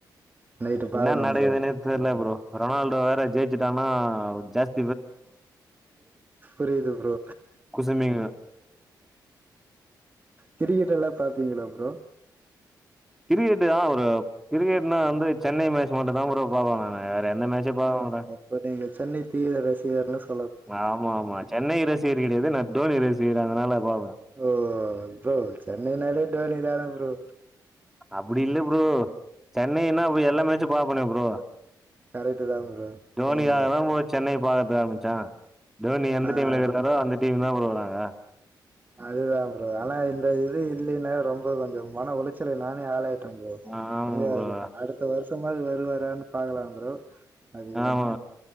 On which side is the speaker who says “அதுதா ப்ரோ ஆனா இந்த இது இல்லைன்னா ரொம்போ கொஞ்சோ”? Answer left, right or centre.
Right